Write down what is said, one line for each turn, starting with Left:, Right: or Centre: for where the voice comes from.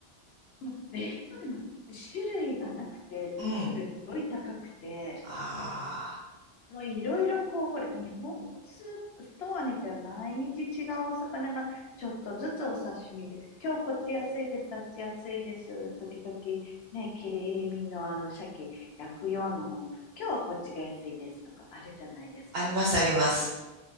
Left: もう冷凍でも種類がなくて、
Right: <laughs> うん。
Left: すっごい高くて、
Right: あ
Left: もういろいろこう、ほら、日本のスー、ストアに行ったら毎日違うお魚がちょっとずつお刺身で、今日こっち安いです、あっち安いです、時々ね、切り身のあの鮭焼くようなのも、今日はこっちが安いですとかあるじゃないですか。
Right: ー、あります、あります。